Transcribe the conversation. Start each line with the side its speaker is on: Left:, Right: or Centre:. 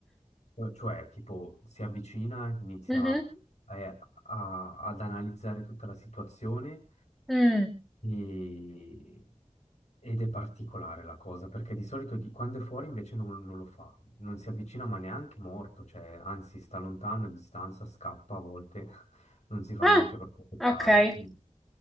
Left: Cioè, cioè, tipo, si avvicina, inizia
Centre: Mhm.
Left: eh, a- ad analizzare tutta la situazione
Centre: Mm.
Left: E- Ed è particolare la cosa, perché di solito di- quando è fuori invece non, non lo fa, non si avvicina ma neanche morto, cioè anzi sta lontano, a distanza, scappa a volte, <laughs> non si fa
Centre: Ah,
Left: neanche proprio toccare.
Centre: ok.
Left: Mm.